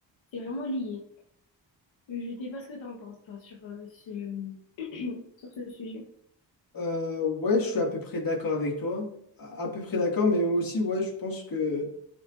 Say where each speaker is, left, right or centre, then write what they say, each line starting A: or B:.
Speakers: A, on the left; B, on the left.
A: c'est vraiment lié je sais pas ce que t'en penses toi sur euh, ce <clears throat> sur ce sujet
B: Euh, ouais, je suis à peu près d'accord avec toi. À, à peu près d'accord, mais aussi, ouais, je pense que.